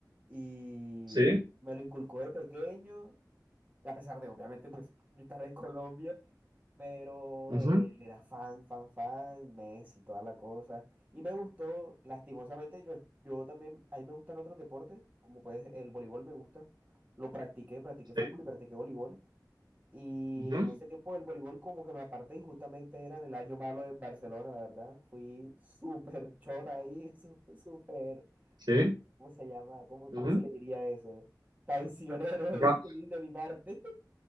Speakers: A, on the right; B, on the right.
A: y
B: ¿sí?
A: me lo inculcó de pequeño, a pesar de, obviamente, pues yo estaba en Colombia, pero
B: ujú,
A: eh, él era fan, fan, fan, Messi, toda la cosa. Y me gustó, lastimosamente, yo, yo también, a mí me gustan otros deportes, como puedes, el voleibol me gusta. Lo practiqué, practiqué fútbol
B: Sí,
A: y practiqué voleibol. Y
B: ujú,
A: en ese tiempo del voleibol como que me aparté y justamente era en el año malo en Barcelona, la verdad. Fui súper chota ahí, <laughs> sú- súper,
B: sí,
A: ¿cómo se llama? ¿Cómo,
B: ujú,
A: cómo se le diría eso? Traicionero <laughs> de,
B: ya,
A: mi de mi parte.